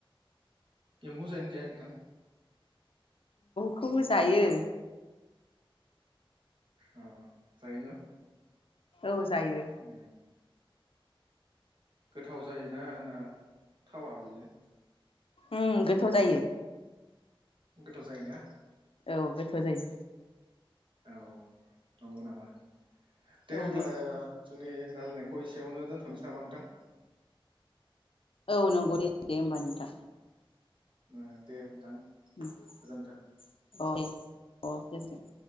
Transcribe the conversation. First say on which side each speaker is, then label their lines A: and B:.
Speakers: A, on the right (about 60°); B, on the left (about 75°).
A: एम्बु जायोना जाया नोंथां?
B: खौ जायो।
A: अ जायो न?
B: औ ज जायो।
A: उम गोथाव जायोना ना थावा बेयो?
B: उम्म गोथाव जायो।
A: गोथाव जायोना?
B: औ गोथाव जायो।
A: औ नंगौ नामा? दे
B: औ
A: होमब्ला
B: नों
A: ओ जोंनि रालायनायखौ एसेयावनो दोनथ'नोसै नामा नोंथां?
B: औ नंगौ दे दे होमबा नोंथां।
A: ओ दे नोंथां।
B: उम्म
A: गोजोन्थों।
B: अ दे। अ गोजोन